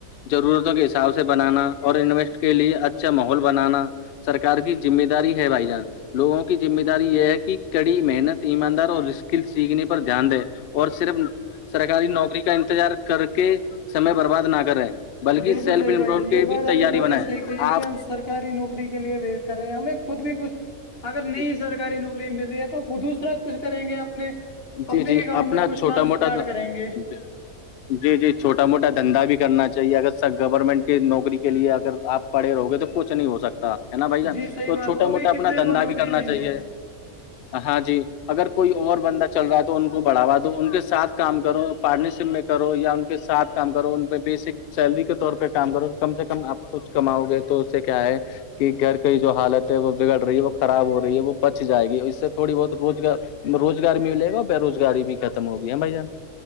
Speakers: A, on the left (about 75°); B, on the left (about 45°).
A: ضرورتوں کے حساب سے بنانا اور انویسٹ کے لیے اچھا ماحول بنانا سرکار کی ذمہ داری ہے بھائی جان لووں کی ذمہ داری یہ ہے کہ کڑی محنت ایماندار اور اس ک سیکھنے پر دھیان دے اور صرف سرکاری نوکری کا انتظار کر کے سمے برباد نہ کریں بلکہ
B: بالکل
A: سیلفمپ
B: صحیح بات ہے یہ
A: کی
B: بات
A: بھی تیاری
B: آپ نے بہت
A: بنیں
B: ہی صحیح کہی کہ
A: آپ
B: ہم سرکاری نوکری کے لیے ویٹ کر رہے ہیں ہمیں خود بھی کچھ اگر
A: جی
B: نہیںئی
A: جی
B: سرکاری نوکری مل رہی ہے تو وہ دوسرا کچھ کریں گے اپنے
A: جی
B: اپنے
A: جی
B: ہی گاؤں
A: اپنا
B: میں کچھ
A: چھوٹا
B: کام اسٹارٹ
A: موٹا
B: کریں گے
A: جی جی جی چھوٹا موٹا دھندا بھی کرنا چاہیے اگر سب گورنمنٹ کی نوکری کے لیے اگر آپ پڑے رہو گے تو کچھ نہیں ہو سکتا ہے نا بھائی ج
B: جی صحیح
A: تو
B: بات
A: چھوٹا
B: وہ
A: موٹا
B: بھی
A: اپنا
B: کتنے
A: دھندا
B: کو نوکری
A: بھی کرنا
B: دیں
A: چاہیے
B: گے
A: ہاں جی اگر کوئی اور بند چل رہا ہے تو ان کو بڑھا دو ان کے ساتھ کام کرو پارٹنرشپ میں کرو یا ان کے ساتھ کام کرو ان پہ بیسک سیلری کے طور پہ کام کرو کم سے کم آپ کچھ کماؤ گے تو اس سے کیا ہے کہ گھر کی جو حالت ہے وہ بگڑ رہی ہے وہ خراب ہو رہی ہے وہ بچ جائے گی اس سے تھوڑی بہت روزگار روزگار ملے گا اور بے روزگاری بھی ختم ہوگی ہے بھائی جان